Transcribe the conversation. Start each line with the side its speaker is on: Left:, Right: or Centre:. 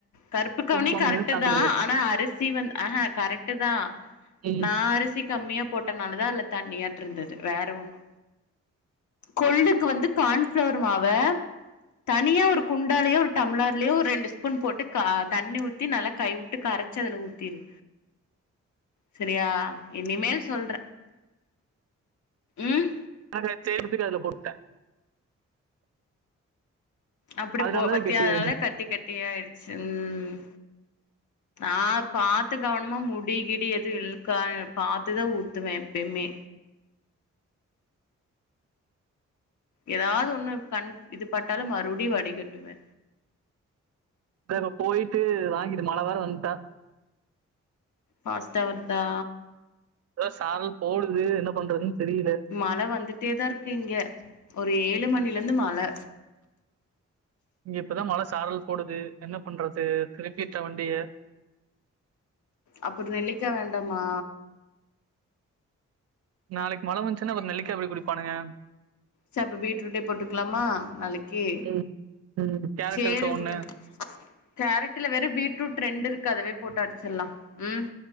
Left: கருப்பு கவனி
Right: கவுனில
Left: கரெக்டு
Right: இருந்து தண்ணி
Left: தா
Right: ஆயிடுச்சு
Left: னா அருஸ் சி வந்து ஆஹ கரெக்டு தா
Right: ம்
Left: நா அரிசி கம்மியா போட்டனாலதா அதுல தண்ணியாட்டு இருந்துது வேற ஒண்ணு கொள்ளுக்கு வந்து கான்ஃப்ளவர் மாவ தனியா ஒரு குண்டாலேயோ ஒரு டம்ளார்லயோ ஒரு ரெண்டு ஸ்பூன் போட்டு கா தண்ணி ஊத்தி நல்லா கைவுட்டு கர சு அதுல ஊத்தீரு
Right: <unintelligible>
Left: செரியா இனிமேல் சொல்ற ம்
Right: <inaudible> செய்யறதுக்கு அதுல போட்ட
Left: அப்டி
Right: அதனாலதான்
Left: போ பத்திய
Right: கெட்டி
Left: அதனால
Right: இருந்தேன்
Left: கட்டி கட்டியா ஆயிருச்சு ம் ஆ பாத்து கவனமா முடிகிடி எதுவு இழுக்கா பாத்துதா ஊத்துவ எப்பயுமே எதாவது ஒண்ணு கண் இது பட்டாலு மறுபடியு வடிகட்டுவே
Right: இப்ப அங்க போயிட்டு வாங்கிட்டு மழ வோர வந்ட்ட
Left: பாஸ்ட்டா வருதா
Right: எதோ சாரல் போடுது என்ன பண்றதுன்னு தெரில
Left: மழ வந்துட்டேதா இருக்கு இங்க ஒரு ஏழு மணிலருந்து மழ
Right: இங்க இப்பதா மழ சாரல் போடுது என்ன பண்றது திருப்பீர்ட்டா வண்டிய
Left: அப்பறோ நெல்லிக்க வேண்டாமா
Right: நாளைக்கு மழை வந்ச்சுன்னா அப்பறோ நெல்லிக்கா எப்படி குடிப்பானுங்க
Left: சப்ப பீட்ரூட்டே போட்டுக்கலாமா நாளைக்கு
Right: ம் ம் கேரட்
Left: சேரி
Right: இருக்க ஒண்ணு
Left: உடு கேரட்டுல வேரு பீட்ரூட் ட்ரெண்ட் இருக்கு அதுவே போட்டு அடிச்சிர்லா ம்